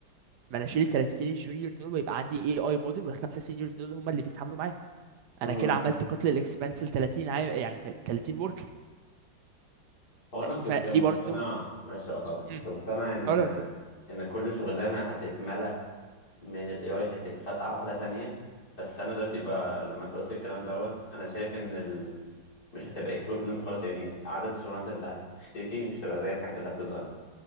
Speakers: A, on the right; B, on the left.
A: ما انا اشيل ال 30 الجونيور دول ويبقى عندي اي اي موديل والخمسه سينيورز دول هم اللي بيتعاملوا معايا
B: امم
A: انا كده عملت قتل الاكسبانس ل 30 عام يعني تل- 30 وركر
B: هو انا كنت
A: فدي
B: مقتنع
A: برضو
B: معلش لو قطعتك كنت
A: امم
B: مقتنع ان
A: اه لا اتفضل
B: ان كل شغلانه هتتملى من ال AI هتتفتح واحدة تانية بس أنا دلوقتي ب... لما أنت قلت الكلام دوت أنا شايف إن ال... مش هتبقى equivalent خالص يعني عدد الشغلانات اللي هتختفي مش هتبقى زي الحاجات اللي هتظهر